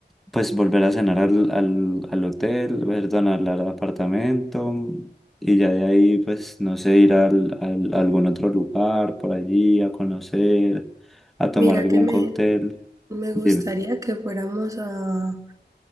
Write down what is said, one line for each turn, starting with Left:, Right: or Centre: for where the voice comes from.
Centre: pues volver a cenar al, al, al hotel, perdón, al, al apartamento y ya de ahí, pues, no sé, ir al, al- a algún otro lugar por allí a conocer, a tomar
Right: mira
Centre: algún
Right: que me,
Centre: cóctel.
Right: me
Centre: Dime.
Right: gustaría que fuéramos a